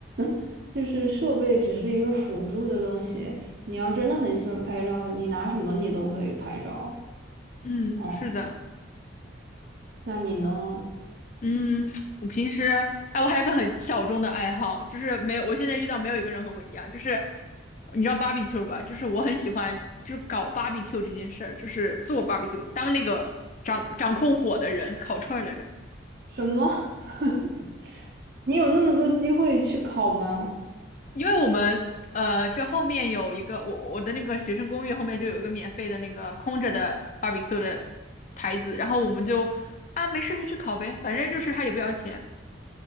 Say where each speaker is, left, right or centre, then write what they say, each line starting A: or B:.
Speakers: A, on the right; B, on the left.
A: <laughs> 就是设备只是一个辅助的东西。你要真的很喜欢拍照，你拿什么你都可以拍照。
B: 嗯，
A: 哦，
B: 是的，
A: 那你呢？
B: 嗯，我平时哎，我还有一个很小众的爱好，就是没有，我现在遇到没有一个人和我一样，就是你知道 barbecue 吧？就是我很喜欢，就是搞 barbecue 这件事儿，就是做 barbecue，当那个掌掌控火的人，烤串儿的人。
A: 什么？<laughs> 你有那么多机会去考吗？
B: 因为我们呃，这后面有一个我我的那个学生公寓后面就有一个免费的那个空着的 barbecue 的台子，然后我们就啊没事就去烤呗，反正就是他也不要钱